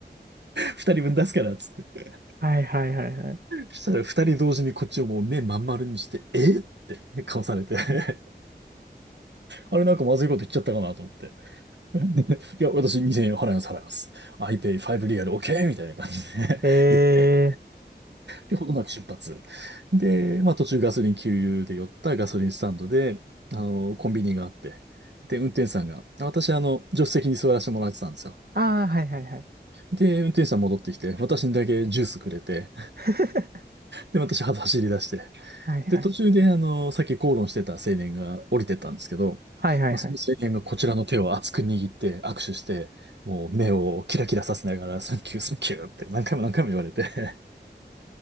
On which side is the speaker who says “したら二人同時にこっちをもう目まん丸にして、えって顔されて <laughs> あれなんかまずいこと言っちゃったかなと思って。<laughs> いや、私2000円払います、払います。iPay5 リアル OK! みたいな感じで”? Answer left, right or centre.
Right